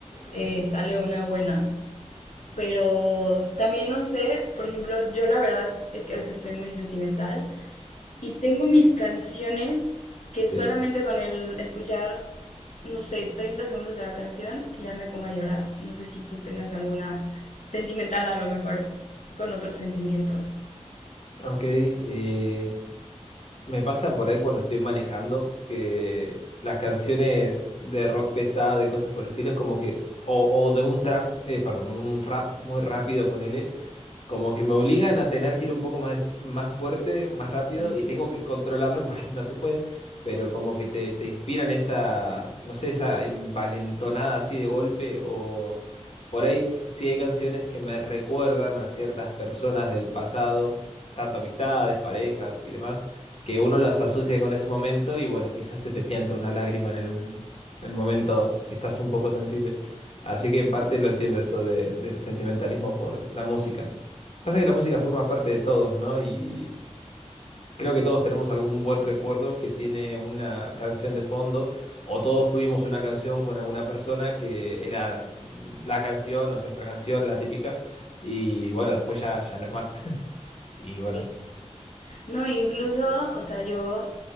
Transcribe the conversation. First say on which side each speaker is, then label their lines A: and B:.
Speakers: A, on the left; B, on the left.
A: eh, sale una buena. Pero también no sé, por ejemplo, yo la verdad es que a veces soy muy sentimental y tengo mis canciones que
B: sí.
A: solamente con el escuchar, no sé, 30 segundos de la canción ya me pongo a llorar. No sé si tú tengas alguna sentimental a lo mejor con otro sentimiento.
B: Ok, eh, me pasa por ahí cuando estoy manejando que las canciones de rock pesado y cosas por el estilo es como que, s- o, o de un trap, eh, perdón, un rap muy rápido, ponele, como que me obligan a tener que ir un poco más, des- más fuerte, más rápido
A: Mm,
B: y tengo que controlarlo <laughs> porque no se puede, pero como que te, te inspiran esa, no sé, esa envalentonada así de golpe o por ahí sí hay canciones que me recuerdan a ciertas personas del pasado, tanto amistades, parejas y demás, que uno las asocia con ese momento y bueno, quizás se te pianta una lágrima en el, el momento si estás un poco sensible. Así que en parte lo entiendo eso de- del sentimentalismo por la música. Pasa que la música forma parte de todos, ¿no? Y creo que todos tenemos algún buen recuerdo que tiene una canción de fondo, o todos tuvimos una canción con alguna persona que era mm, la canción o nuestra canción, la típica, y bueno, después ya, ya no es más. <laughs> Y
A: Sí.
B: bueno,
A: No, incluso, o sea, yo